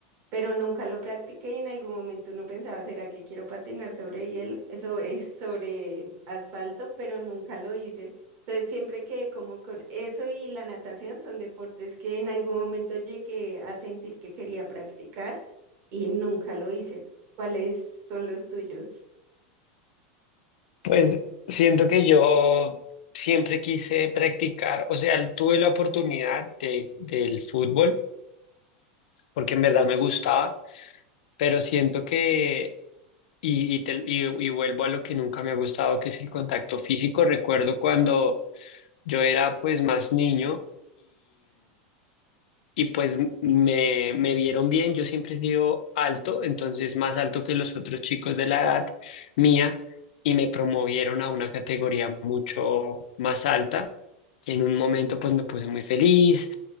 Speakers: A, on the right (about 50°); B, on the left (about 75°).
A: pero nunca lo practiqué y en algún momento uno pensaba, ¿será que quiero patinar sobre hielo, sobre, <laughs> sobre asfalto? Pero nunca lo hice. Entonces siempre quedé como con eso y la natación son deportes que en algún momento llegué a sentir que quería practicar y nunca lo hice. ¿Cuáles son los tuyos?
B: Pues siento que yo siempre quise practicar, o sea, tuve la oportunidad de, del fútbol, porque en verdad me gustaba, pero siento que, y, y, te- y- y vuelvo a lo que nunca me ha gustado, que es el contacto físico. Recuerdo cuando yo era pues más niño y pues me, me vieron bien, yo siempre he sido alto, entonces más alto que los otros chicos de la edad mía, y me promovieron a una categoría mucho más alta. Y en un momento pues me puse muy feliz,